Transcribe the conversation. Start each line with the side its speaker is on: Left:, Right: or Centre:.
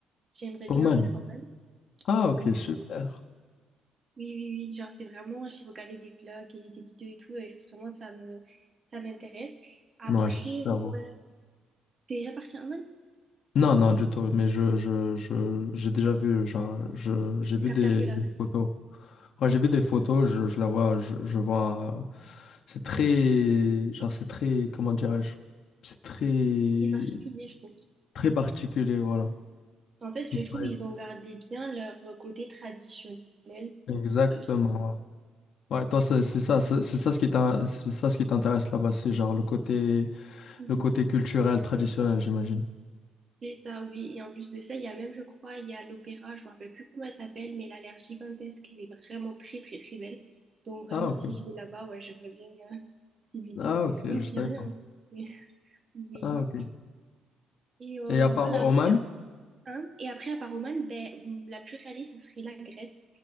Right: J'aimerais
Left: Oman.
Right: bien faire Oman.
Left: Ah,
Right: Oui,
Left: ok, super.
Right: Oui, oui, oui, genre c'est vraiment, j'ai regardé des vlogs et des vidéos et tout, et c'est vraiment, ça me, ça m'intéresse. Après,
Left: Ouais, c'est super beau.
Right: moi, t'es déjà parti en Inde?
Left: Non, non, du tout. Mais je, je, je, j'ai déjà vu, genre, je, j'ai
Right: Je
Left: vu
Right: capte
Left: des,
Right: un peu la
Left: des
Right: vibe.
Left: photos. Ouais, j'ai vu des photos, je, je la vois, je, je vois. euh, C'est très, genre, c'est très, comment dirais-je? C'est très,
Right: C'est particulier, je trouve.
Left: très particulier, voilà.
Right: En fait, je trouve
Left: Ouais,
Right: ils ont gardé bien leur côté traditionnel.
Left: Exactement.
Right: Et euh,
Left: Ouais, toi, c'est
Right: franchement,
Left: c'est ça, c'est c'est ça ce qui t'in- c'est ça ce qui t'intéresse là-bas, c'est genre le côté,
Right: mhm,
Left: le côté culturel, traditionnel, j'imagine.
Right: c'est ça, oui. Et en plus de ça, il y a même, je crois, il y a l'opéra, je me rappelle plus comment elle s'appelle, mais elle a l'air gigantesque, elle est vraiment très, très, très belle. Donc vraiment,
Left: Ah, ok.
Right: si je vais là-bas, ouais, j'aimerais bien euh, visiter.
Left: Ah, ok,
Right: Même
Left: je
Right: s'il
Left: savais
Right: n'y a
Left: pas.
Right: rien. hein. <laughs> Oui.
Left: Ah, ok.
Right: Et euh,
Left: Et à part
Right: voilà,
Left: Oman?
Right: il y a un. Et après, à part Oman, ben, la plus réaliste, ça serait la Grèce.